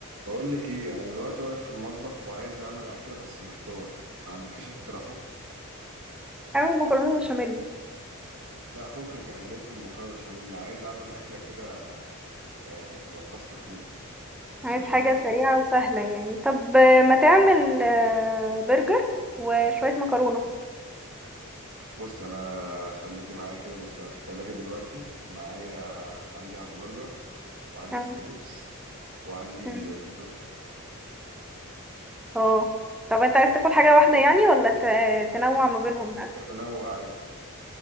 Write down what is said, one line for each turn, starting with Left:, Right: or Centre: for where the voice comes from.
Right: بقول لك ايه انا دلوقتي واقف في المطبخ وعايز اعمل اكله بس محتار ما عندكيش اقتراحات
Centre: اعمل مكرونة بشاميل
Right: لا فكك انا زهقت من المكرونه بشاميل عايز اعمل اكله كده آه تبقى فاست فود بس
Centre: عايز
Right: مش
Centre: حاجة
Right: عارف ايه
Centre: سريعة وسهلة يعني طب آه، ما تعمل آه، برجر وشوية مكرونة
Right: بص انا خليكي معايا كده بص انا في التلاجة دلوقتي معايا عندي همبرجر وعندي
Centre: اه
Right: ستريبس وعندي
Centre: مم.
Right: صدوق
Centre: آه. طب انت عايز تاكل حاجة واحدة يعني ولا ت- تنوع ما بينهم بقى
Right: ممكن انوع عادي